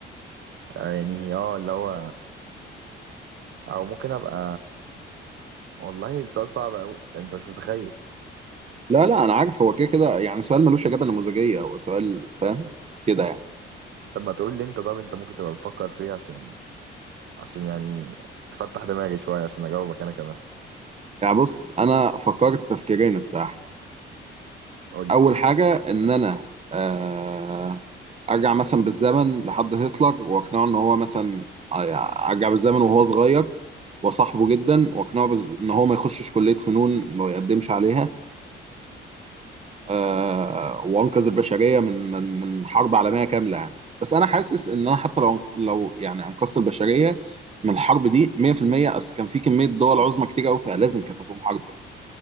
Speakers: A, on the right; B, on the right.
A: آه يعني اه اللي هو او ممكن ابقى والله السؤال صعب قوي انت مش متخيل
B: لا لا أنا عارف هو كده كده يعني سؤال ملوش إجابة نموذجية هو سؤال فاهم كده يعني
A: لما تقول لي انت طب انت ممكن تبقى بتفكر في ايه عشان عشان يعني تفتح دماغي شوية عشان أجاوبك أنا كمان
B: يعني بص أنا فكرت تفكيرين الصراحة
A: قول لي
B: اول حاجه ان انا آه، ارجع مثلا بالزمن لحد هتلر واقنعه ان هو مثلا ع- ارجع بالزمن وهو صغير وصاحبه جدا واقنعه بز- ان هو ما يخشش كليه فنون ما يقدمش عليها آه، وانقذ البشريه من من من حرب عالميه كامله يعني بس انا حاسس ان انا حتى لو لو يعني انقذت البشريه من الحرب دي 100% اصل كان في كميه دول عظمى كتير قوي فلازم كانت هتقوم حرب يعني